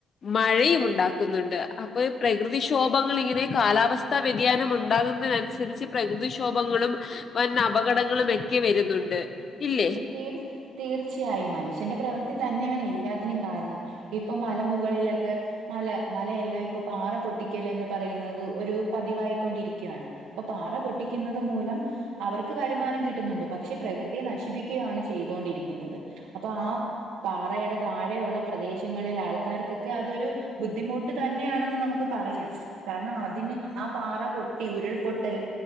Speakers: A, on the left; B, on the right.
A: മഴയും ഉണ്ടാക്കുന്നുണ്ട് അപ്പൊ ഈ പ്രകൃതിക്ഷോഭങ്ങൾ ഇങ്ങനെ കാലാവസ് സ്ഥ വ്യതിയാനം ഉണ്ടാകുന്നതിനനുസരിച്ച് പ്രകൃതിക്ഷോഭങ്ങളും വന്ന് അപകടങ്ങളും വക്കെ വരുന്നുണ്ട് ഇല്ലേ
B: തീർ തീർച്ചയായും മനുഷ്യന്റെ പ്രവൃത്തി തന്നെയാണ് എല്ലാത്തിനും കാരണം ഇപ്പം മലമുകളിലൊക്കെ മല മലയെല്ലാം ഇപ്പൊ പാറ പൊട്ടിക്കല്ലെന്ന് പറയുന്നത് ഒരു പതിവായിക്കൊണ്ടിരിക്കുവാണ് ഇപ്പം പാറ പൊട്ടിക്കുന്നത് മൂലം അവർക്ക് വരുമാനം കിട്ടുന്നുണ്ട് പക്ഷെ പ്രകൃതിയെ നശി പ്പിക്കുവാണ് ചെയ്തൊണ്ടിരിക്കുന്നത് അപ്പൊ ആ പാറയുടെ താഴെയുള്ള പ്രദേശങ്ങളിൽ ആൾക്കാർക്കൊക്കെ അതൊരു ബുദ്ധിമുട്ട് തന്നെയാണെന്ന് നമുക്ക് പറയാം കാരണം അതിന് ആ പാറ പൊട്ടി ഉരുൾപൊട്ടൽ